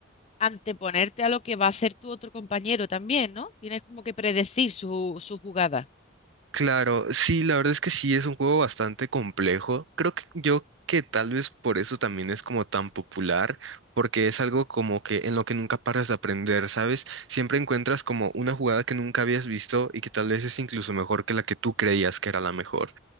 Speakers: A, on the left; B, on the right.
A: anteponerte a lo que va a hacer tu otro compañero también, ¿no? Tienes como que predecir su, su jugada.
B: Claro, sí, la verdad es que sí es un juego bastante complejo. Creo que yo que tal vez por eso también es como tan popular, porque es algo como que en lo que nunca paras de aprender, ¿sabes? Siempre encuentras como una jugada que nunca habías visto y que tal vez es incluso mejor que la que tú creías que era la mejor.